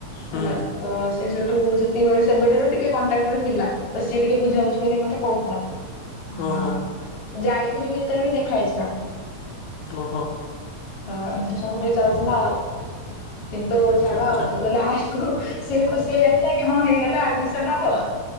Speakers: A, on the left; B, on the left.
A: ହୁଁ
B: ହେଲା ତ ସେ ସେଠୁ ସେ ତିକି ବେଳୁ ସେବେଠାରୁ ଟିକେ କଣ୍ଟାକ୍ଟ ଥିଲା ତ ସିଏ ଟିକେ ବୁଝାବୁଝି କରିକି ମତେ କୋହୁଥିଲା।
A: ଓହୋ
B: ହଁ ଯାଇଥିଲି ବି ଯେତେବେଳେ ବି ଦେଖା ହେଇଥିଲା।।
A: ଓହୋ।
B: ତ ଏମିତି ସବୁବେଳେ ଚାଲିଥିଲା ଆଉ କିନ୍ତୁ
A: ଆଚ୍ଛା
B: ଛାଡ
A: ଆଚ୍ଛା
B: ଆଉ ଲାଷ୍ଟ କୁ ସେଇ ଖୁସି ଯାଇଥିଲା କି ହଁ ହେଇଗଲା ଆଡମିସନ ହବ।